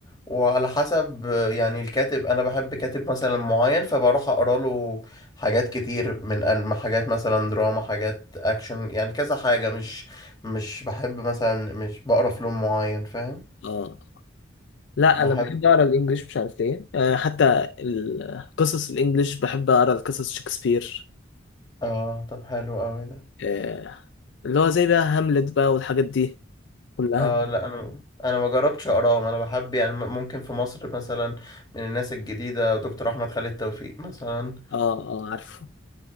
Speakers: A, on the left; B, on the left.
A: وعلى حسب يعني الكاتب انا بحب كاتب مثلا معين فبروح اقرا له حاجات كتير من انمي حاجات مثلا دراما حاجات اكشن يعني كذا حاجة مش مش بحب مثلا مش بقرا في لون معين فاهم
B: اه لا
A: بحب
B: انا بحب اقرا الانجليش مش عارف ليه آه حتى القصص الانجليش بحب اقرا القصص شكسبير
A: اه طب حلو قوي ده
B: آه اللي هو زي بقى هاملت بقى والحاجات دي كلها
A: اه لا انا انا ما جربتش اقراهم انا بحب يعني م- ممكن في مصر مثلا من الناس الجديدة دكتور احمد خالد توفيق مثلا
B: اه اه عارفه